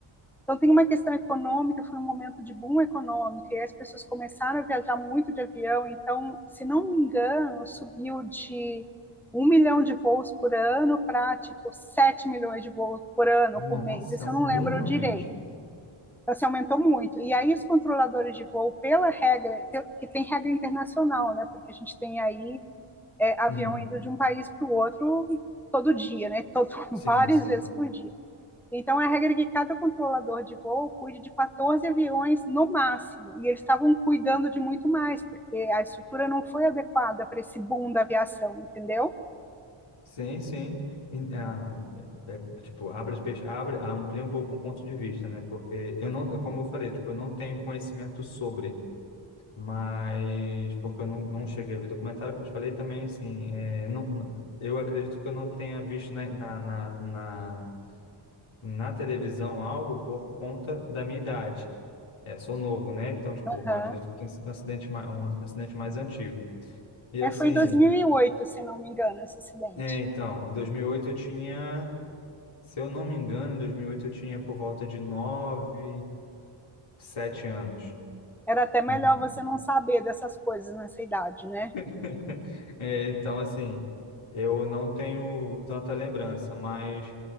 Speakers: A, in the centre; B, on the left.
A: Então, tem uma questão econômica, foi um momento de boom econômico, e as pessoas começaram a viajar muito de avião. Então, se não me engano, subiu de um milhão de voos por ano para tipo 7 milhões de voos por ano
B: Nossa,
A: por mês. Isso
B: um
A: eu não lembro
B: bom realmente.
A: direito. Então, assim, aumentou muito. E aí os controladores de voo, pela regra, que tem regra internacional, né? Porque a gente tem aí é, avião
B: Uhum.
A: indo de um país para o outro todo dia, né? <laughs> Todo,
B: Sim,
A: várias
B: sim.
A: vezes por dia. Então, a regra é que cada controlador de voo cuide de 14 aviões no máximo, e eles estavam cuidando de muito mais, porque a estrutura não foi adequada para esse boom da aviação, entendeu?
B: Sim, sim. E, ah, é, é, tipo, abre, as pers- abre, amplia um pouco o ponto de vista, né? Porque eu não, como eu falei, tipo, eu não tenho conhecimento sobre. mas porque eu não, não cheguei a ver documentário, como eu te falei, também assim, é, não, não- eu acredito que eu não tenha visto na, na, na, na, na televisão algo por conta da minha idade. É, sou novo, né? Então, tipo,
A: Aham.
B: eu acredito que tenha sido um acidente mais, um acidente mais antigo. E
A: É,
B: assim,
A: foi em 2008, se não me engano, esse acidente.
B: é, então, em 2008 eu tinha, se eu não me engano, em 2008 eu tinha por volta de 9 7 anos.
A: Era até melhor
B: Então,
A: você não saber dessas coisas nessa idade, né?
B: <laughs> É, então, assim, eu não tenho tanta lembrança, mas